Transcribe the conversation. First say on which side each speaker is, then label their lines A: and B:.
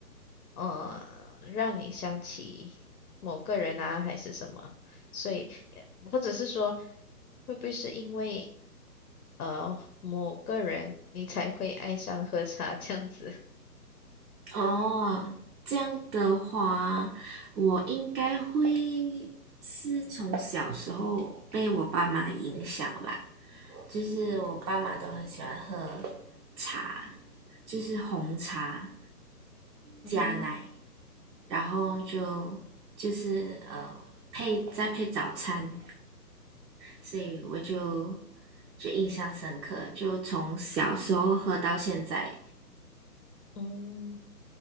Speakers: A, on the left (about 65°); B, on the right (about 80°).
A: 呃，让你想起某个人啊，还是什么？所以呃或者是说，会不会是因为呃某个人你才会爱上喝茶这样子？
B: 哦，这样的话，我应该会是从小时候被我爸妈影响吧，就是我爸妈都很喜欢喝茶，就是红茶
A: 嗯
B: 加奶，然后就就是呃配再配早餐，所以我就就印象深刻，就从小时候喝到现在，
A: 嗯，